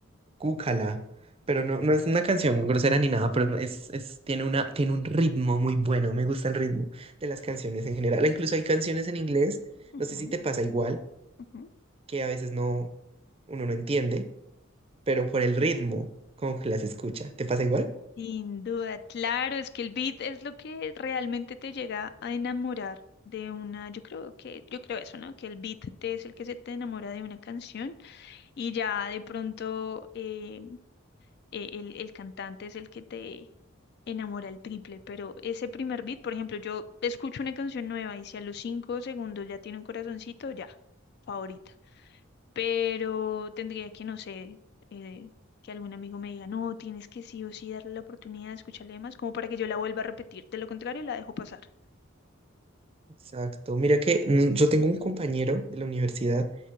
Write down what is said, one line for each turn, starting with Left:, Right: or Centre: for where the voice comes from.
Right: Cúcala, pero no, no es una canción grosera ni nada, pero es, es- tiene una, tiene un ritmo muy bueno, me gusta el ritmo de las canciones en general. Incluso hay canciones en inglés,
Left: Ujú,
Right: no sé si te pasa igual,
Left: ujú.
Right: que a veces no, uno no entiende, pero por el ritmo, como que las escucha. ¿Te pasa igual?
Left: Sin duda, claro, es que el beat es lo que realmente te llega a enamorar de una, yo creo que, yo creo eso, ¿no? Que el beat te es el que se te enamora de una canción y ya de pronto eh, eh, el, el cantante es el que te enamora el triple, pero ese primer beat, por ejemplo, yo escucho una canción nueva y si a los cinco segundos ya tiene un corazoncito, ya, favorita. Pero tendría que, no sé, eh, que algún amigo me diga, no, tienes que sí o sí darle la oportunidad de escucharle más, como para que yo la vuelva a repetir. De lo contrario, la dejo pasar.
Right: Exacto. Mira que mm, yo tengo un compañero de la universidad